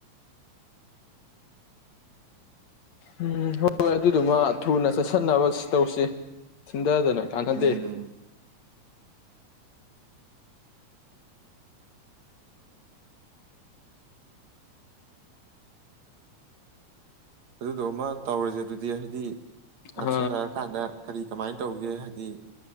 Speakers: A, on the left; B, on the right.
A: ꯎꯝ ꯍꯣꯏ ꯍꯣꯏ ꯑꯗꯨꯗꯨꯃ ꯊꯨꯅ ꯆꯠꯁꯟꯅꯕ ꯇꯧꯁꯤ ꯊꯤꯟꯗꯗꯅ ꯀꯥꯟꯅꯗꯦ
B: ꯎꯝ ꯑꯗꯨ ꯗꯨ ꯑꯃ ꯇꯧꯔꯖꯦ ꯑꯗꯨꯗꯤ ꯍꯥꯏꯗꯤ ꯅꯛꯁꯟꯅꯔꯥꯀꯥꯟꯗ
A: ꯑ
B: ꯀꯔꯤ ꯀꯃꯥꯏꯅ ꯇꯧꯒꯦ ꯍꯥꯏꯗꯤ